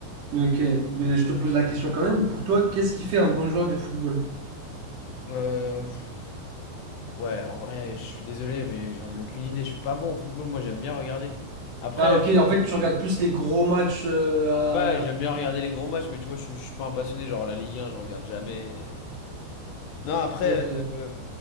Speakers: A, on the right (about 50°); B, on the left (about 75°).
A: Ok, ben, je te pose la question quand même. Pour toi, qu'est-ce qui fait un bon joueur de football?
B: Euh, pff, ouais, en vrai, je suis désolé, mais j'en ai aucune idée. Je suis pas bon au football, moi, j'aime bien regarder. Après,
A: Ah, ok, en fait, tu regardes plus les gros matchs euh, à.
B: ouais, j'aime bien regarder les gros matchs, mais tu vois, je, je suis pas un passionné. Genre, la Ligue 1, je regarde jamais. Non, après,
A: Ok.
B: euh,